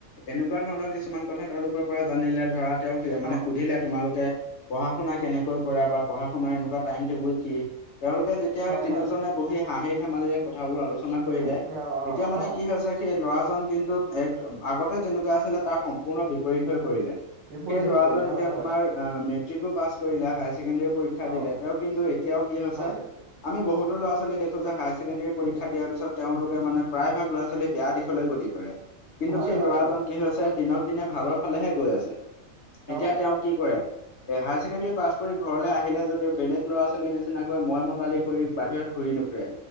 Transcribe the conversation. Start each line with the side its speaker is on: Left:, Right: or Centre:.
Left: এনেকুৱা ধৰণৰ কিছুমান কথা তেওঁলোকৰ পৰা জানিলে ধৰা। তেওঁ সে মানে
Right: অ
Left: সুধিলে তোমালোকে পঢ়া শুনা কেনেকৈ কৰা বা পঢ়া শুনা এনেকুৱা টাইম টেবুল কি তেওঁলোকে যেতিয়া
Right: হয়
Left: তিনিওজনে
Right: হয়
Left: বহি হাঁহি ধেমালিৰে কথাবোৰ আলোচনা কৰিলে
Right: উম অ অ
Left: এতিয়া মানে
Right: অ
Left: কি হৈছে সেই ল'ৰা জন কিন্তু একদম আগতে যেনুকা আছিলে তাৰ সম্পূৰ্ণ বিপৰীত হৈ পৰিলে
Right: বিপৰীত
Left: সেই ল'ৰা
Right: হৈ পৰিলে
Left: জন এতিয়া
Right: হয় হয়
Left: তোমাৰ অ মেট্ৰিকো পাছ কৰিলে হায়াৰ ছেকেণ্ডৰী পৰীক্ষা
Right: অ
Left: দিলে তেওঁ কিন্তু এতিয়াও কি হৈছে
Right: হয়
Left: আমি বহুতো লৰা ছোৱালী দেখো যে হাই ছেকেণ্ডৰী পৰীক্ষা দিয়াৰ পিছত তেওঁলোকে মানে প্ৰায় ভাগ ল'ৰা ছোৱালী বেয়া দিশলৈ গতি - গতি কৰে কিন্তু
Right: হয়
Left: সেই
Right: হয়
Left: ল'ৰাজন
Right: অ
Left: কি হৈছে দিনক দিনে ভালৰ ফালেহে গৈ আছে।
Right: অ
Left: এতিয়া তেওঁ কি কৰে- এ হায়াৰ ছেকেণ্ডেৰী পাছ কৰি ঘৰলৈ আহিলে যদিও বেলেগ ল'ৰা ছোৱালী নিচিনাকৈ মই মতালি কৰি বাহিৰত ঘূৰি নুফ ফুৰে,